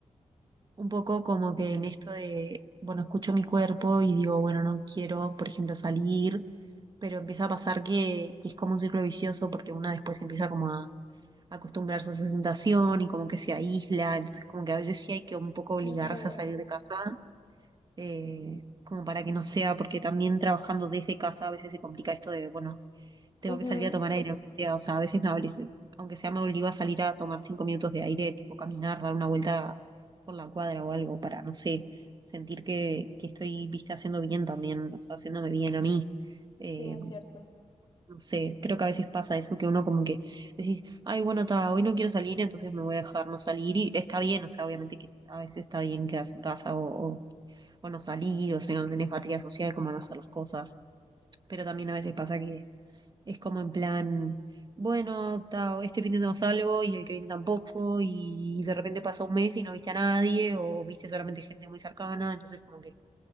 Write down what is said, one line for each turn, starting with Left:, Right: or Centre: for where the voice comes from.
Right: un poco como que en esto de, bueno, escucho mi cuerpo y digo, bueno, no quiero, por ejemplo, salir, pero empieza a pasar que, que es como un ciclo vicioso porque una después empieza como a acostumbrarse a esa sensación y como que se aísla, entonces como que a veces sí hay que un poco obligarse
Left: okay
Right: a salir de casa, eh, como para que no sea, porque también trabajando desde casa a veces se complica esto de, bueno, tengo
Left: ujú,
Right: que salir a tomar aire, aunque sea, o sea, a veces me obli- aunque sea me obligo a salir a tomar cinco minutos de aire, tipo caminar, dar una vuelta por la cuadra o algo para, no sé, sentir que, que estoy, viste, haciendo bien también, o sea, haciéndome bien a mí. Eh,
Left: Sí, es cierto.
Right: no sé, creo que a veces pasa eso que uno como que decís, ay, bueno, ta, hoy no quiero salir, entonces me voy a dejar no salir y está bien, o sea, obviamente que a veces está bien quedarse en casa o, o, o no salir, o si no tenés batería social, como no hacer las cosas, pero también a veces pasa que es como en plan, bueno, ta- este fin de no salgo y el que viene tampoco, y de repente pasa un mes y no viste a nadie, o viste solamente gente muy cercana, entonces como que,